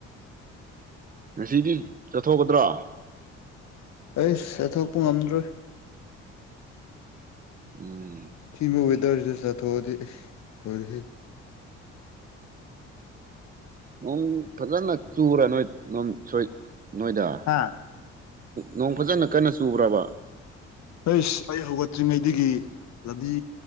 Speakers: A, on the right; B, on the left.
A: ꯉꯁꯤꯗꯤ ꯆꯠꯊꯣꯛꯀꯗ꯭ꯔꯣ
B: ꯑꯩꯁ ꯆꯠꯊꯣꯛꯄ ꯉꯝꯗ꯭ꯔꯤ
A: ꯎꯝ
B: ꯁꯤꯕꯨ ꯋꯦꯗꯔꯁꯤꯗ ꯆꯠꯊꯣꯛꯑꯗꯤ ꯂꫭꯔ‌ꯦꯍ‌ꯦ
A: ꯅꯣꯡ ꯐꯖꯅ ꯆꯨꯔ ꯅꯣꯏ ꯅ ꯁꯣꯏ ꯅꯣꯏꯗ
B: ꯍꯥꯥ
A: ꯅꯣꯡ ꯐꯖꯅ ꯀꯟꯅ ꯆꯨꯕ꯭ꯔꯕꯥ
B: ꯑꯩꯁ ꯑꯩ ꯍꯧꯒꯠꯇ꯭ꯔꯤꯉꯩꯗꯒꯤ ꯂꯝꯕꯤ